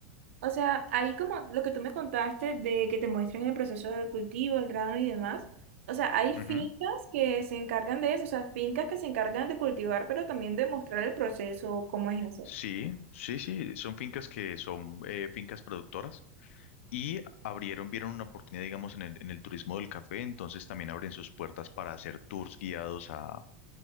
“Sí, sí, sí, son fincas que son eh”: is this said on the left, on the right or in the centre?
Left